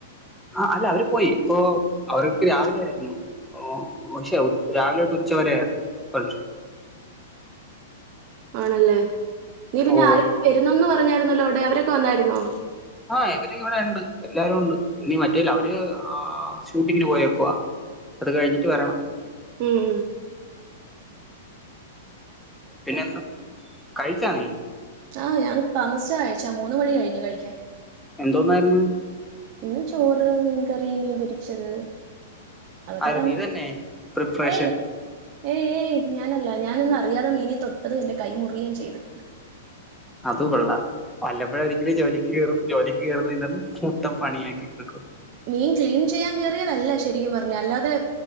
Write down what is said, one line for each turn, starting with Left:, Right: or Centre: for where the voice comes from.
Centre: ആഹ് അല്ല അവര് പോയി ഇപ്പോ അവർക്ക് രാവിലെ ആയിരുന്നു ഓ പക്ഷേ രാവിലെ തൊട്ട് ഉച്ചവരെ ആയിരുന്നു ഫംഗ്ഷൻ
Right: ആണല്ലേ നീ പിന്നെ
Centre: ഓ
Right: ആരൊക്കെ വരുന്നെന്ന് പറഞ്ഞെ രുന്നല്ലോ അവിടെ അവരൊക്കെ വന്നായിന്നോ
Centre: ആഹ് ഇവര് ഇവിടെ ഉണ്ട് എല്ലാരും ഉണ്ട് ഇനി മറ്റേ ഇല്ല അവര്- ആഹ് ഷൂട്ടിങ്ങിന് പോയേക്കുവ അത് കഴിഞ്ഞിട്ട് വരണം
Right: ഉം ഉം
Centre: പിന്നെ എന്താ കഴിച്ചാ നീ
Right: ആഹ് ഞാൻ താമിസിച്ച കഴിച്ചെ മൂന്ന് മണി കഴിഞ്ഞു കഴിക്കാൻ
Centre: എന്തോന്നായിരുന്നു
Right: ഇന്ന് ചോറ് മീൻകറി മീൻ പൊരിച്ചത് അതൊക്കെ
Centre: ആര്
Right: തന്നെ
Centre: നീ പ്രിപ്പറേഷൻ
Right: ഏയ് ഏയ് ഏയ് ഞാനല്ല ഞാനൊന്ന് അറിയാതെ മീനി തൊട്ടതും എന്റെ കൈ മുറിയെയും ചെയ്ത്
Centre: അത് കൊള്ളാം വല്ലപ്പോഴും ഒരിക്കൽ ജോലിക്ക് കേറും ജോലിക്ക് കേറുന്നതിന്റെ അന്ന് മൊത്തം പണിയാക്കി കൊടുക്കും
Right: മീൻ ക്ലീൻ ചെയ്യാൻ കേയറിയതല്ല ശരിക്കും പറഞ്ഞ അല്ലാതെ